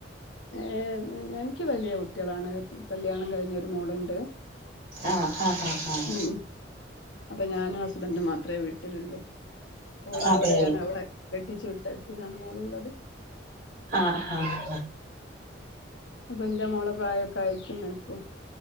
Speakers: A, on the left (about 75°); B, on the right (about 50°).
A: ആഹ് എനിക്ക് വലിയ കുട്ടികളാണ് കല്യാണം കഴിഞ്ഞൊരു മോളുണ്ട്.
B: ആഹ് ആഹ് ആഹ് ആഹ്
A: ഉം അപ്പൊ ഞാനും ഹസ്ബൻ്റും മാത്രേ വീട്ടിലുള്ളൂ ഓള്
B: അതെ
A: അവിടെയാണ് അവളെ കെട്ടിച്ചു വിട്ടേത്തിനാണ് മോളുള്ളത്.
B: ആഹ് ആഹ്
A: അപ്പൊ എന്റെ മോള പ്രായൊക്കെ ആയിരിക്കും നിനക്കും